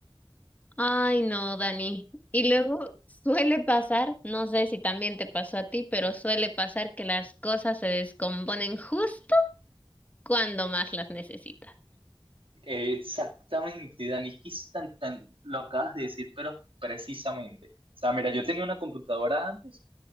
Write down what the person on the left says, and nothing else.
Ay, no, Dani. Y luego suele pasar, no sé si también te pasó a ti, pero suele pasar que las cosas se descomponen justo cuando más las necesitas.